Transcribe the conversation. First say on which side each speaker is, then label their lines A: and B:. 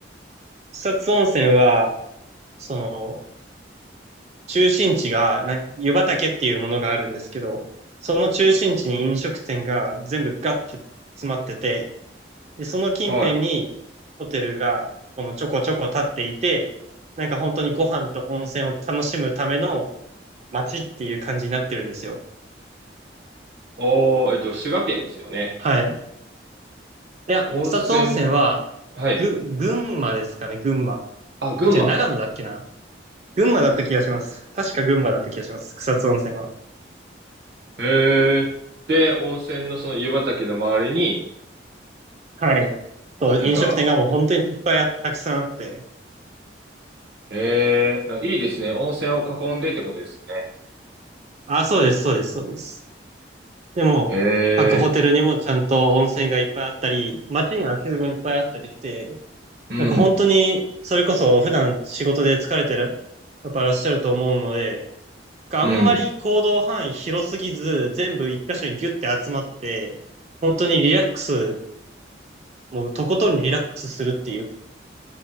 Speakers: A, on the right; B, on the right.
A: 草津温泉は、その、中心地が、な、湯畑っていうものがあるんですけど、その中心地に飲食店が全部ガッて詰まってて、で、その近辺にホテルが、
B: はい。
A: このちょこちょこ立っていて、なんか本当にご飯と温泉を楽しむための街っていう感じになってるんですよ。
B: おー、えっと、滋賀県ですよね。
A: はい。いや、
B: 温泉、
A: 草津温泉は、
B: はい。
A: ぐ、群馬ですかね、群馬。
B: あ、群馬。
A: 違う、長野だっけな。群馬だった気がします。確か群馬だった気がします。草津温泉は。
B: へえ。で、温泉のその湯畑の周りに、
A: はい。と、
B: なんか、
A: 飲食店がもう本当にいっぱいあたくさんあって。
B: へえ、いいですね。温泉を囲んでってことですよね。
A: あ、そうです、そうです、そうです。でも、
B: へ
A: 各ホテルにもちゃんと温泉がいっぱいあったり、
B: え。
A: 街に足湯もいっぱいあったりして、
B: うん。
A: なんか本当に、それこそ普段仕事で疲れてる、やっぱいらっしゃると思うので、あんまり行動範囲広すぎず、
B: うん。
A: 全部一箇所にギュッて集まって、本当にリラックス、もうとことんリラックスするっていう、